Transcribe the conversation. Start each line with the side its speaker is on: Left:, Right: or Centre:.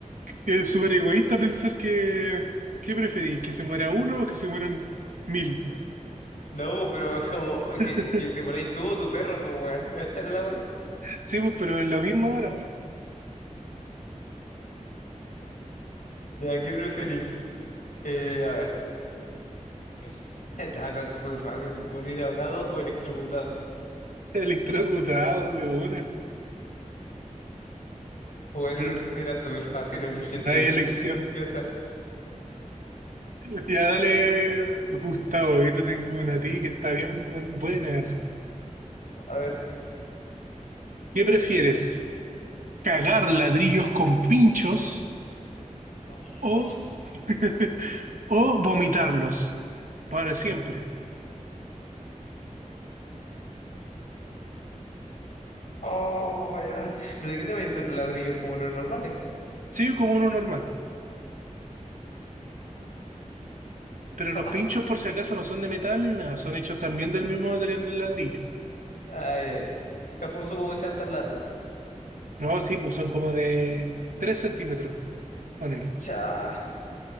Right: es súper egoísta pensar que, ¿qué preferís? ¿Que se muera uno o que se mueran mil?
Left: No, po, pero es como
Right: <laughs>
Left: que, que te morís tú o tu perro, pues, weón. <laughs> Esa era la weá.
Right: Sí, pues, pero es lo mismo ahora. pues,
Left: Ya, ¿qué preferís? Eh, a ver. <laughs> Nada, súper fácil, morir ahogado o electrocutado.
Right: <laughs> Electrocutado de una.
Left: Bueno,
Right: Sí,
Left: era
Right: no.
Left: era súper fácil, un 81%
Right: No hay elección.
Left: limpieza.
Right: <laughs> Ya dale, Gustavo, ahorita tengo una a ti que está bien buen- buena. así.
Left: A ver.
Right: ¿Qué prefieres? ¿Cagar ladrillos con pinchos
Left: Oh,
Right: o <laughs> O vomitarlos para siempre.
Left: oh, weón. ¿Pero qué también son ladrillos como los normales?
Right: Sigue como uno normal. Pero
Left: <laughs>
Right: los pinchos, por si acaso, no son de metal ni nada. Son hechos también del mismo material del ladrillo.
Left: Ay, ay, Tampoco supongo que sean tan largos.
Right: No, sí, pues son como de 3 centímetros, ponele.
Left: Cha.